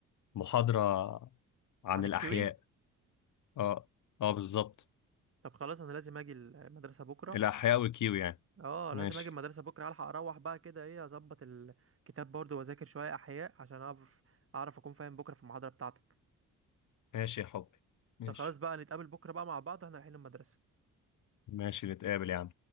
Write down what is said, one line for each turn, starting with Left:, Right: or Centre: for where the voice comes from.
Left: محاضرة عن
Right: عن الكيوي
Left: الأحياء اه اه بالظبط
Right: طب خلاص أنا لازم أجي المدرسة بكرة
Left: الأحياء والكيو يعني
Right: آه
Left: ماشي
Right: لازم أجي المدرسة بكرة ألحق أروح بقى كده إيه أظبط الكتاب برضو وأذاكر شوية أحياء عشان أعرف أعرف أكون فاهم بكرة في المحاضرة بتاعتك
Left: ماشي يا حبي ماشي
Right: طب خلاص بقى نتقابل بكرة بقى مع بعض واحنا رايحين المدرسة
Left: ماشي نتقابل يا عم